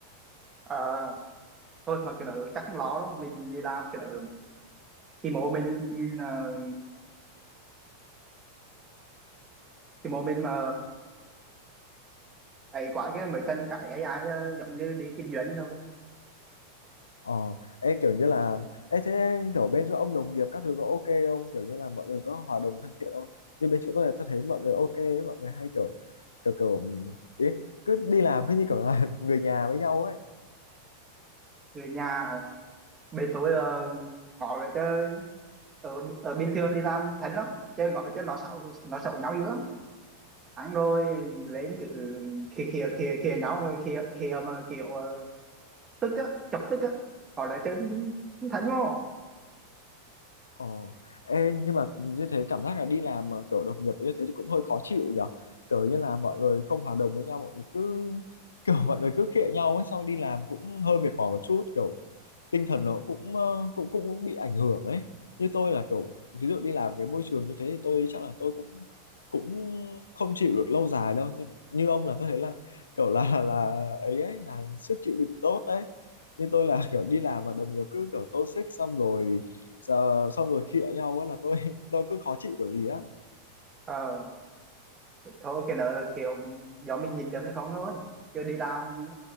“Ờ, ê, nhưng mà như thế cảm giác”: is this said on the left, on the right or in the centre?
Left